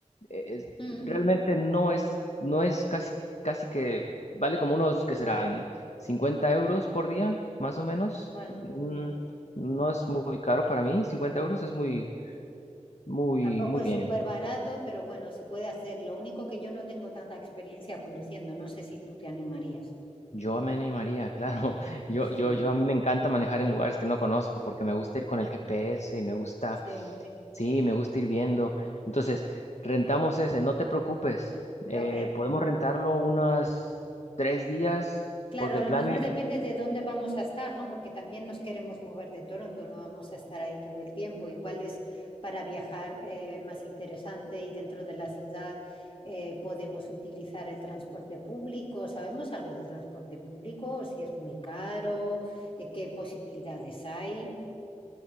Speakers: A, on the left; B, on the left.
A: eh,
B: ujú.
A: realmente no es, no es casi, casi que vale como unos que serán 50 euros por día, más o menos.
B: Bueno,
A: Mm, No es muy caro para mí, 50 euros es muy muy,
B: tampoco
A: muy
B: es
A: bien.
B: súper barato, pero bueno, se puede hacer. Lo único que yo no tengo tanta experiencia conduciendo, no sé si tú te animarías.
A: Yo me animaría, claro. <laughs> Yo,
B: Genial.
A: yo, yo a mí me encanta manejar en lugares que no conozco porque me gusta ir con el GPS y me gusta,
B: Sí,
A: sí, me gusta ir viendo. Entonces, rentamos ese, no te preocupes. Eh,
B: ok.
A: podemos rentarlo unas tres días
B: Claro,
A: porque
B: a
A: el
B: lo
A: plan,
B: mejor
A: e-
B: depende de dónde vamos a estar, ¿no? Porque también nos queremos mover de Toronto, no vamos a estar ahí todo el tiempo. Igual es para viajar eh, más interesante y dentro de la ciudad eh, podemos utilizar el transporte público. ¿Sabemos algo de transporte público? si es muy caro? eh, ¿qué posibilidades hay?